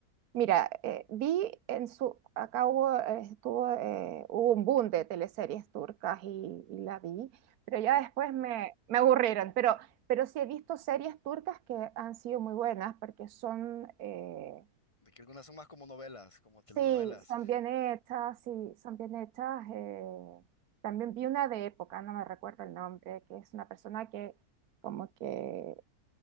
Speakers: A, on the right; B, on the left.
A: mira, eh, vi en su, acá hubo, eh, estuvo, eh, hubo un boom de teleseries turcas y, y la vi, pero ya después me, me aburrieron. Pero, pero sí he visto series turcas que han sido muy buenas porque son, eh,
B: De que algunas son más como novelas, como telenovelas.
A: Sí, son bien hechas, sí, son bien hechas. eh, también vi una de época, no me recuerdo el nombre, que es una persona que como que